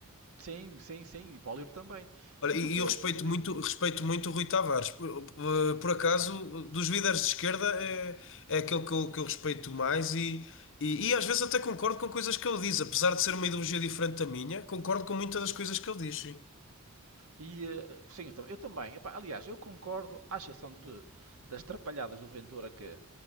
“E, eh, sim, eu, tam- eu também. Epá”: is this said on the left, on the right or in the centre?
Right